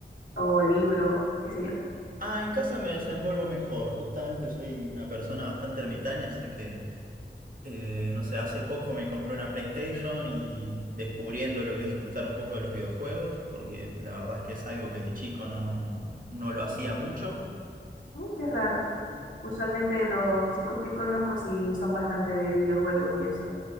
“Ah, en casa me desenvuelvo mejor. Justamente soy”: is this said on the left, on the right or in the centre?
Right